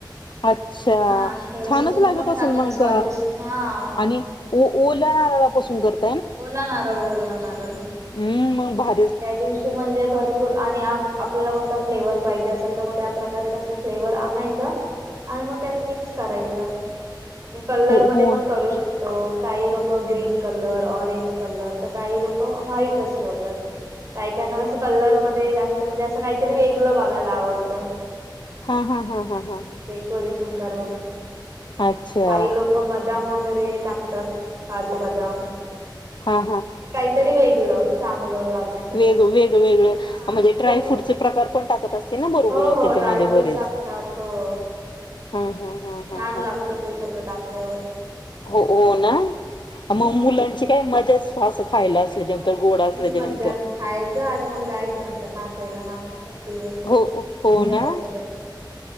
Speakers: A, on the left; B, on the right.
A: अच्छा
B: हा आणि थोडस
A: छानच
B: तूप
A: लागत
B: पण
A: असल?
B: टाकायचं
A: मग
B: स्वादिष्ट हा
A: आणि. ओ-ओला नारळापासून करत
B: ओला नारळ ओला नारळ.
A: हम्म. मग भा
B: त्या दिवशी म्हणजे भर पूर आणि आ-आपल्याला कोणता फ्लेवर पाहिजे असेल तर मग त्या प्रकारे तसं फ्लेवर आणायच. आणि मग त्यात मिक्स करायच आणि कलर
A: हो
B: मध्ये
A: हो
B: पण करू शकतो. तो. काही लोक ग्रीन कलर, ऑरेंज कलर तर काही लोक व्हाईटच ठेवतात. काही काहींना कसं कलर मध्ये जास्त म्हणजे असं काहीतरी वेगळ बघायला आवडतं.
A: हा हा हा हा हा हा.
B: डेकोरेशन करून.
A: अच्छा
B: काही लोक बदाम वगैरे टाकतात काजू बदाम.
A: हा
B: काहीतरी वेगळ चांगलं. लागण्यासाठी
A: वेग-वेगळ वेगळं
B: हा
A: म्हणजे
B: आणि
A: ड्रायफ्रूटचे
B: कस
A: प्रकार पण टाकत असतील ना बरोबर
B: हो हो
A: त्याच्यामध्ये
B: ड्रायफ्रूट
A: बरेच?
B: टाकतात हो
A: हा हा हा हा
B: छान
A: हा
B: लागत ते सगळं टाकल्यावर.
A: हो हो ना.
B: हा
A: मग मुलांची काय मजाच. आसं खायला असल्याचनंतर
B: हो मुलांची
A: गोड असल्याच्यानंतर.
B: मज्जाच खायचं आणि मग जायचं नंतर नाचायला नाचत दिवसभर
A: हो हो
B: मज्जा
A: ना
B: करून घेत.